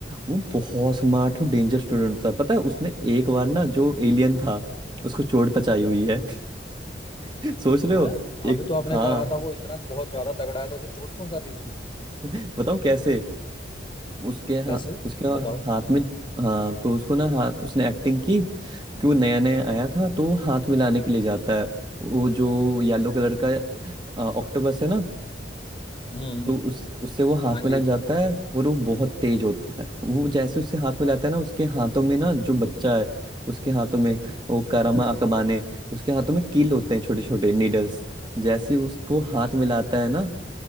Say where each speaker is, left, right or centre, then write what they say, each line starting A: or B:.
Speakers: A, on the right (about 25°); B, on the left (about 25°).
A: वो बहुत स्मार्ट और डेंजर स्टूडेंट था पता है उसने एक बार ना जो एलियन था उसको चोट पचाई हुई है <laughs> सोच रहे
B: है
A: हो एक
B: अभी तो आपने
A: हाँ
B: कहा था वो इतना बहुत ज्यादा तगड़ा है तो उसे चोट पहुंचा दी उसने
A: <laughs> बताओ कैसे उसके हाँ
B: कैसे
A: उसके
B: बताओ
A: हाथ में हाँ तो उसको ना हाथ उसने एक्टिंग की कि वो नया नया आया था तो वो हाथ मिलाने के लिए जाता है वो जो येलो कलर का ऑक्टोपस है ना
B: हम्म
A: तो उस उससे वो हाथ
B: हाँ
A: मिला
B: जी
A: जाता है और वो बहुत तेज होता है वो जैसे उससे हाथ मिलाता है ना उसके हाथों में ना जो बच्चा है उसके हाथों में वो कारामा अकबाने उसके हाथों में कील होते हैं छोटे छोटे नीडल्स जैसे ही उसको हाथ मिलाता है ना